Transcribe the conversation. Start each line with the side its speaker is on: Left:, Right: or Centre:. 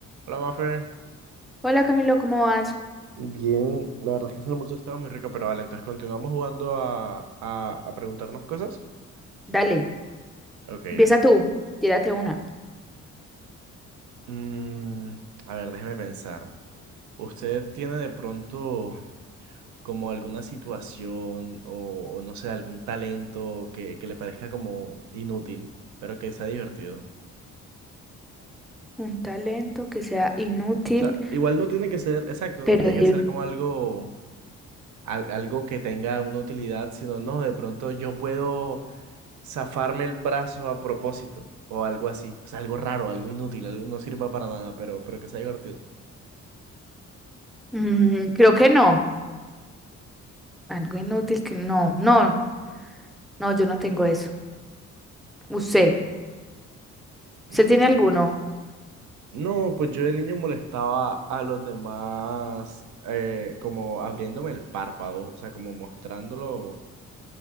Right: Hola, Mafe.
Centre: Hola Camilo, ¿cómo vas?
Right: Bien, la verdad es que ese almuerzo estaba muy rico, pero vale, entonces continuamos jugando a, a, a preguntarnos cosas.
Centre: Dale,
Right: Ok,
Centre: empieza
Right: ok.
Centre: tú, tírate una.
Right: Mm, a ver, déjeme pensar. ¿Usted tiene de pronto como alguna situación o, o no sé, algún talento que, que le parezca como inútil, pero que sea divertido?
Centre: Un talento que sea inútil,
Right: O sea, igual no tiene que ser, exacto, no
Centre: pero
Right: tiene que ser como algo, al- algo que tenga una utilidad, sino no, de pronto yo puedo zafarme el brazo a propósito o algo así. O sea, algo raro, algo inútil, algo no sirva para nada, pero, pero que sea divertido.
Centre: divertido. creo que no. Algo inútil que no. No, no, yo no tengo eso. ¿Usted?
Right: Ok. Mm,
Centre: ¿Usted tiene alguno?
Right: No, pues yo de niño molestaba a los demás eh, como abriéndome el párpado, o sea, como mostrándolo